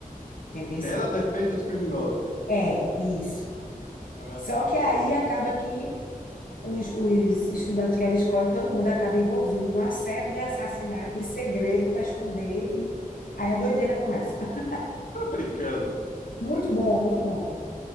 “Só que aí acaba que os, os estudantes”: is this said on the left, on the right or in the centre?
Left